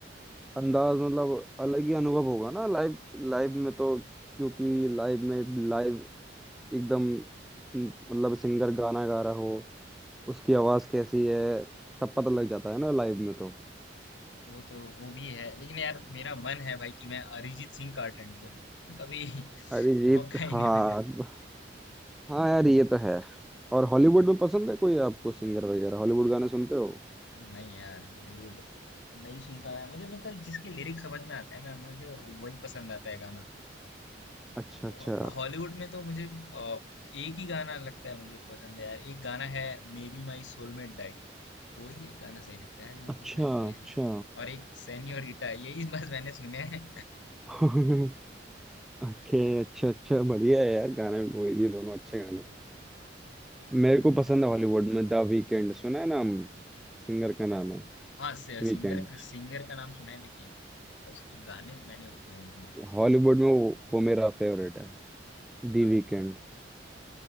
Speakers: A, in the centre; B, on the left.
A: अंदाज मतलब अलग ही अनुभव होगा ना लाइफ लाइफ में तो क्योंकि लाइफ में लाइव एकदम न- मतलब सिंगर गाना गा रहा हो उसकी आवाज कैसी है सब पता लग जाता है ना लाइव में तो
B: वो तो वो भी है लेकिन यार मेरा मन है भाई कि मैं अरिजीत सिंह का अटेंड करूं लेकिन कभी <laughs>
A: अरिजीत
B: मौका ही
A: हाँ
B: नहीं मिला
A: हाँ यार ये तो है और हॉलीवुड में पसंद है कोई आपको सिंगर वगैरह हॉलीवुड गाने सुनते हो
B: नहीं यार हॉलीवुड नहीं सुनता मैं मुझे मतलब जिसके लिरिक्स समझ में आते हैं ना मुझे वही पसंद आता है गाना
A: अच्छा अच्छा
B: हॉ- हॉलीवुड में तो मुझे अ, एक ही गाना लगता है मुझे पसंद है यार एक गाना है maybe my soulmate died वही एक गाना सही लगता है यार मेरे
A: अच्छा
B: को मैंने तो वही
A: अच्छा
B: सुना और एक सेन्योरिटा यही बस मैंने सुने हैं
A: <laughs> ओके अच्छा अच्छा बढ़िया है यार गाने वो ये दोनों अच्छे गाने मेरे
B: <laughs>
A: को पसंद है हॉलीवुड में द वीकेंड सुना है नाम सिंगर का नाम है
B: हाँ से- सिंगर
A: वीकेंड
B: सिंगर का नाम सुना है लेकिन उसके गाने तो मैंने उतने नहीं सुने
A: हॉलीवुड में वो, वो मेरा फेवरेट है दी
B: हाँ
A: वीकेंड